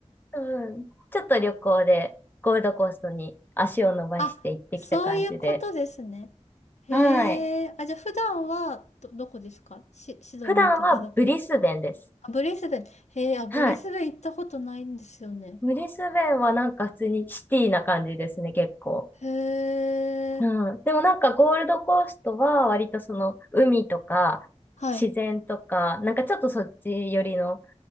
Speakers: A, on the left; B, on the left.
A: うん。ちょっと旅行でゴールドコーストに足を伸ばして行ってきた感じで。
B: あ、そういうことですね。へえ、
A: はい。
B: あ、じゃあ普段はど、どこですかシ、シドニーとかどこ
A: 普段はブリスベンです。
B: あ、ブリスベン。へえ、あ、ブリスベン行ったことないんですよね。
A: はい。ブリスベンはなんか普通にシティな感じですね、結構。
B: へえ、
A: うん。でもなんかゴールドコーストは割とその海とか自然とか、
B: はい。
A: なんかちょっとそっち寄りの